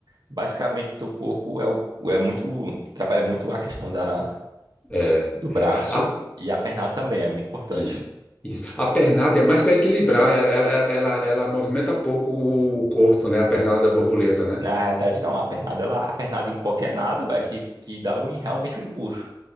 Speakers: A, on the right (about 60°); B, on the left (about 15°).
A: basicamente teu corpo é o o- é muito trabalha muito a questão da
B: É,
A: do braço
B: é. A,
A: e a pernada também é muito importante.
B: isso, isso. A pernada é mais para equilibrar, ela, ela, ela, ela ela movimenta pouco o, o corpo, né? A pernada da borboleta, né?
A: Na realidade não, a pernada ela a pernada em qualquer nado é que que dá um, realmente um empuxo.